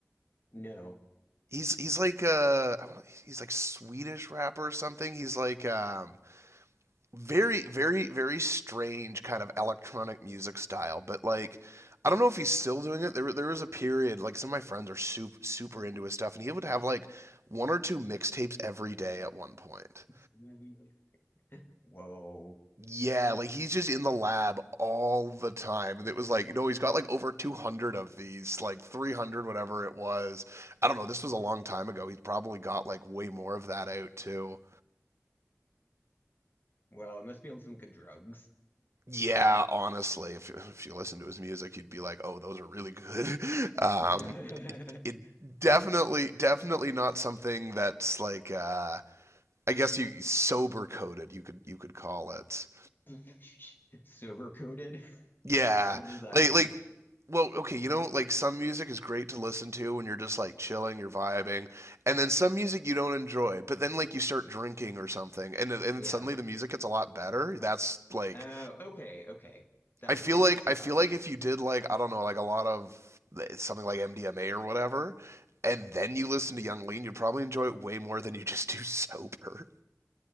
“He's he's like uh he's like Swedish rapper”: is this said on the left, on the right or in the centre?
Right